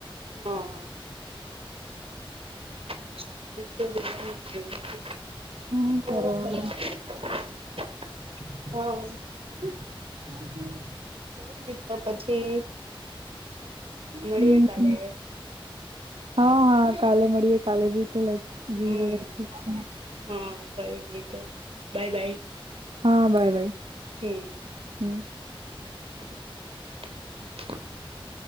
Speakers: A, on the right; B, on the right.
A: <inaudible> હા. <inaudible>
B: હું કરવાના <inaudible>
A: હા કઈ નહીં તો પછી મળીએ
B: હમ
A: કાલે.
B: હા હા કાલે મળીએે કાલે ભી તો લાઈક
A: હમ
B: ઝીરો લાઈક તો છે.
A: હા કઈ નહી તો બાય બાય.
B: હા બાય બાય.
A: હમ્મ.
B: હમ્મ.
A: <inaudible>